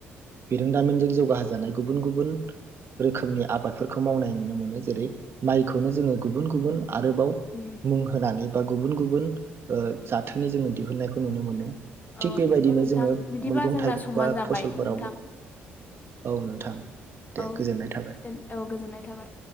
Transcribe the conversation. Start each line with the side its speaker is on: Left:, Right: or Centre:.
Right: बिरोंदामिनजों जौगाहोजानाय गुबुन गुबुन रोखोमनि आबादफोरखौ मावनाय नुनो मोनो जेरै माइखौनो जोङो गुबुन गुबुन आरोबाव
Left: उम
Right: मुं होनानै बा गुबुन गुबुन ओ जाथोनि जोङो दिहुननायखौ नुनो मोनो।
Left: औ
Right: थिग बेबायदिनो
Left: नंगौ नोंथां
Right: जोङो
Left: बिदिबा
Right: मैगं
Left: जोंना
Right: थाइगं
Left: समा
Right: बा
Left: जाबाय
Right: फसलफोरावबो
Left: नोंथां
Right: औ नोंथां दे
Left: औ
Right: गोजोननाय थाबाय।
Left: दे औ गोजोननाय थाबाय।